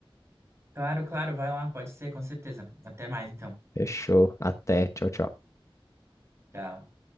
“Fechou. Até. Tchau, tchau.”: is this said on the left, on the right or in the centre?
Left